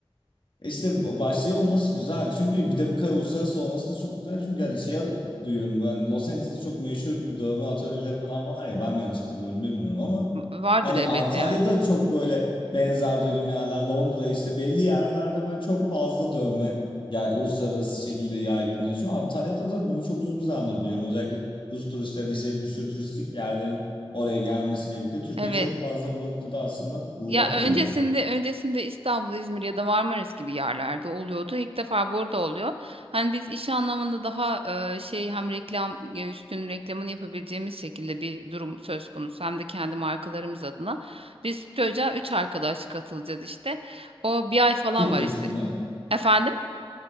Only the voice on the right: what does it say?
Vardır
elbette
yani.
Evet.
Ya öncesinde
öncesinde İstanbul, İzmir ya da Marmaris gibi yerlerde oluyordu. İlk defa burada oluyor. Hani biz iş anlamında daha e, şey hem reklam e, üstün reklamını yapabileceğimiz şekilde bir durum söz konusu hem de kendi markalarımız adına. Biz TÜC'a 3 arkadaş katılacağız işte. O bir ay falan
var
işte.
Efendim?